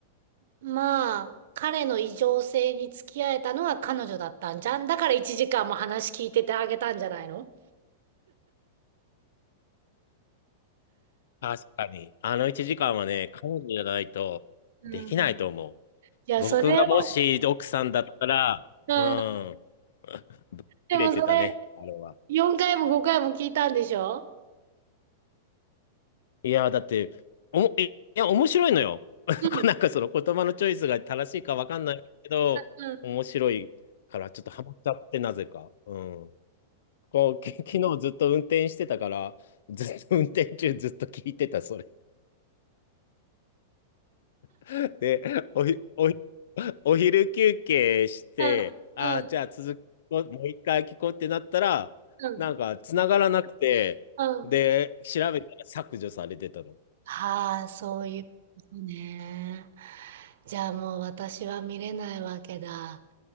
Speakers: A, on the right; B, on the left.
A: まあ、彼の異常性に付き合えたのは彼女だったんじゃん。だから1時間も話聞いててあげたんじゃないの
B: 確かに。あの1時間はね、彼女じゃないとできないと思う。
A: うん。いや、
B: 僕がもし奥さんだったら、
A: それを、うん。
B: うん。<laughs> ぶっ切れてたね、
A: でもそれ、
B: あれは。
A: 4回も5回も聞いたんでしょ
B: いやー、だって、おも、いいや、面白いのよ。<laughs>
A: うん。
B: なんかその言葉のチョイスが正しいかわかんないけど、
A: うん
B: 面白いからちょっとハマっちゃって、なぜか。うん。こう、き <laughs> 昨日ずっと運転してたから、ずっと運転中ずっと聞いてた、それ。<laughs> で、おひ、おひ、お昼休憩して、
A: うん、
B: ああ、
A: うん、
B: じゃあ続き、もう一回聞こうってなったら、
A: うん、
B: なんか繋がらなくて、
A: うん。
B: で、調べたら削除されてたの。
A: はあ、そういうことね。じゃあもう私は見れないわけだ。